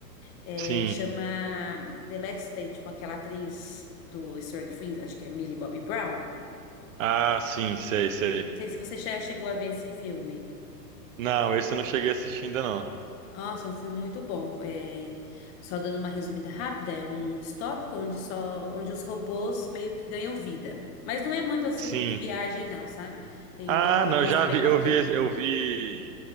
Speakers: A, on the left; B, on the right.
A: É,
B: Sim.
A: chama The Last Stage, com aquela atriz do Stranger Things, acho que é Millie Bobby Brown.
B: Ah, sim, sei, sei.
A: Não sei se você já chegou a ver esse filme.
B: Não, esse eu não cheguei a assistir ainda não.
A: Nossa, é um filme muito bom. É, só dando uma resumida rápida, é um mundo distópico onde só, onde os robôs meio que ganham vida. Mas não é muito assim,
B: Sim.
A: muito viagem, não, sabe? Tem,
B: Ah,
A: tem um contexto
B: não, eu já
A: bem
B: vi,
A: bacana.
B: eu vi, eu vi,